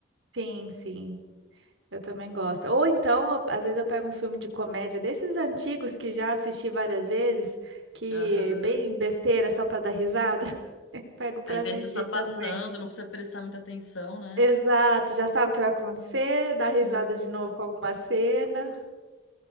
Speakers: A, on the right; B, on the left.
A: Sim, sim. Eu também gosto. Ou então, eu- às vezes eu pego um filme de comédia desses antigos que já assisti várias vezes, que
B: Aham.
A: é bem besteira só para dar risada. <laughs> Eu pego para
B: Aí deixa
A: assistir
B: só passando,
A: também.
B: não precisa prestar muita atenção, né?
A: Exato, já sabe o que vai acontecer, dá risada
B: Uhum.
A: de novo com alguma cena.